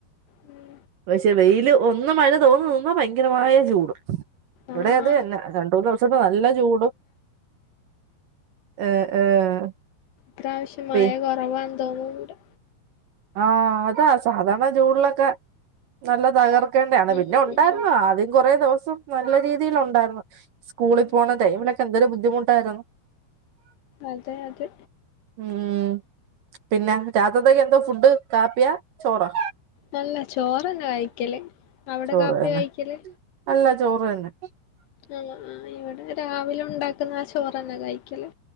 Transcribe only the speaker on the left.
ഉം.
ആഹ്
പ്രാവശ്യം മഴ
കൊറവാന്തോന്നുന്നുണ്ട്.
ഇവിടെ
ഉം
ഉം
അതെ അതെ
നല്ല ചോറ് തന്നെ കഴിക്കല് അവിടെ
കാപ്പിയാ
കഴിക്കല്
എല്ലേ ഇവിടെ രാവിലെ ഉണ്ടാക്കുന്ന ആ ചോറ് തന്നെയാ കഴിക്കല്